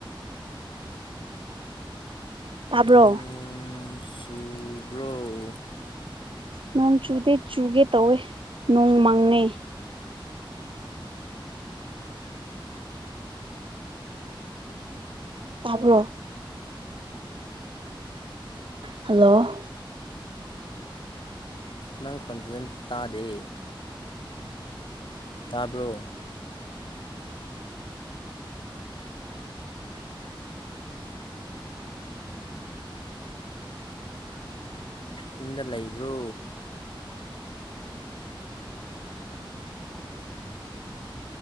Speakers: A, on the right (about 75°); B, on the left (about 65°).
A: ꯇꯥꯕ꯭ꯔꯣ
B: ꯅꯣꯡ ꯆꯨꯕ꯭ꯔꯣ
A: ꯅꯣꯡ ꯆꯨꯗꯦ ꯆꯨꯒꯦ ꯇꯧꯋꯦ ꯅꯣꯡ ꯃꯪꯉꯦ ꯇꯥꯕ꯭ꯔꯣ ꯍꯜꯂꯣ
B: ꯅꯪ ꯈꯣꯟꯖꯦꯜ ꯇꯥꯗꯦ ꯇꯥꯕ꯭ꯔꯣ ꯌꯨꯝꯗ ꯂꯩꯕ꯭ꯔꯣ